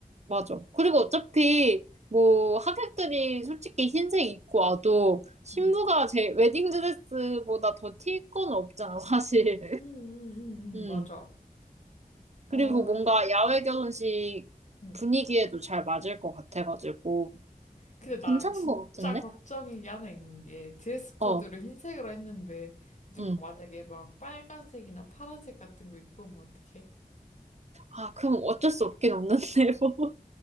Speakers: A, on the right; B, on the left.
A: 맞아. 그리고 어차피 뭐 하객들이 솔직히 흰색 입고 와도 신부가
B: 응,
A: 제 웨딩 드레스보다 더 튈 건 없잖아, 사실.
B: 응, 응, 응,
A: 음.
B: 응, 맞아.
A: 그리고
B: 아,
A: 뭔가 야외 결혼식
B: 응.
A: 분위기에도 잘 맞을 것 같아가지고.
B: 근데 나
A: 괜찮은
B: 진짜
A: 것 같은데?
B: 걱정이 하나 있는 게 드레스 코드로
A: 어,
B: 흰색으로 했는데 누가
A: 응.
B: 만약에 막 빨간색이나 파란색 같은 거 입고 오면 어떡해?
A: 아, 그럼 어쩔 수 없긴 없는데, <laughs> 뭐.